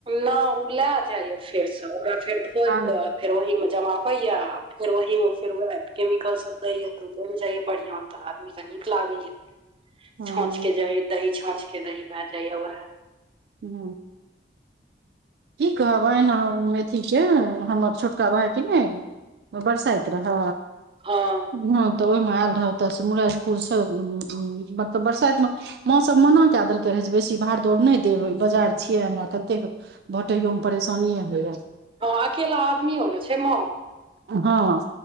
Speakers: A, on the right; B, on the right.
A: नै ओ लए जाइयै फेरसँ ओकरा फेर धोइ
B: आर
A: कऽ फेर ओहि मे जमाबय या फेर ओहिमे फेर वैह केमिकल सभ दय या ते जैम जाय या बढ़िया तऽ आदमी के नीक लागे या
B: हँ
A: छाछ के दही दही छाछ के दही भै जाय यै वएहे।
B: हू कि कहबैन हम अथी के हमर छोटका भाय कि ने ओ बरसाइत रहय।
A: ह
B: ह तऽ ओहिमे आयल रह ओतयसँ मुराइद पुरसँ उमम मतलब बरसाइत मे माँ सब मना के देलकै रहे जे बेसी भाड़ दौड़ नहि देबय बजार छियै ने हमरा ततेक बाटैयोमे परेशानिए होइ रहय
A: हँ अकेला आदमी हो ने छै माँ
B: ह हँ